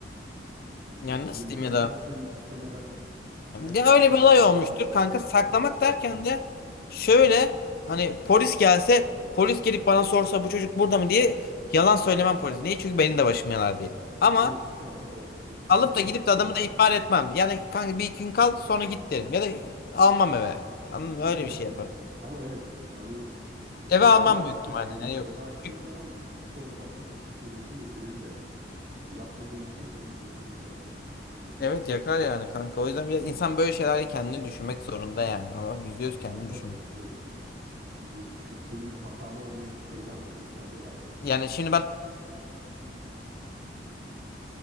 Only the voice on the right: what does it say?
<laughs> Şimdi
bir düşündüm
de
itersin
istemeden itersin
istemeden
kafasını
bir yere
çarpar
vesaire.
Ha
değil mi? Suça ortak olmuş oluyorsun.
<laughs>
<laughs>
Ama evet hani e, evini
açtı
evi
evi açtığın
zaman suça ortaklık etmiş oluyorsun ve senin de ya yapmadığın bir şey senin de başını yakabilir. Doğru söylüyorsun.
Ya tabii
ki canım. Şimdi düşün senin hatan olmayan bir şeyden dolayı sen de yargılanacaksın.